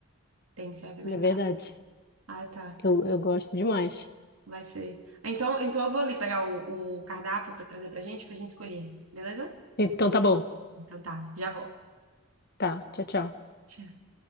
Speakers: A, on the right (about 80°); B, on the left (about 50°).
A: Tem que ser apimentada.
B: Não é verdade?
A: Ah, tá.
B: Eu, eu gosto demais.
A: Vai ser. Então, então eu vou ali pegar o, o cardápio para trazer pra gente, pra gente escolher, beleza?
B: Então tá bom.
A: Então tá, já volto.
B: Tá, tchau, tchau.
A: Tchau.